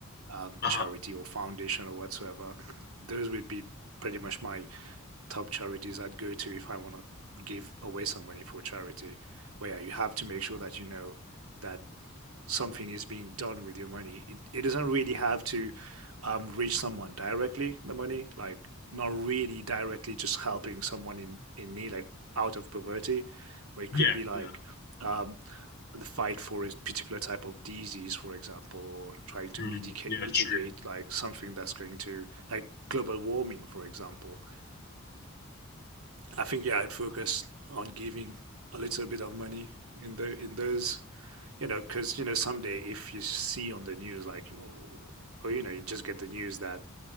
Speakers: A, on the right (about 85°); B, on the left (about 50°).
A: um,
B: Uh-huh.
A: charity or foundation or whatsoever. Those would be pretty much my top charities I'd go to if I want to give away some money for charity. Where you have to make sure that you know that something is being done with your money. It, it doesn't really have to um, reach someone directly, the money, like not really directly just helping someone in, in need, like out of poverty, but it could
B: Yeah,
A: be like
B: yeah.
A: um, the fight for a particular type of disease, for example, or trying to
B: Mm,
A: mitigate,
B: yeah,
A: mitigate
B: true.
A: like something that's going to, like global warming, for example. I think, yeah, I'd focus on giving a little bit of money in the in those you know, because, you know, someday if you see on the news, like, oh, or, you know, you just get the news that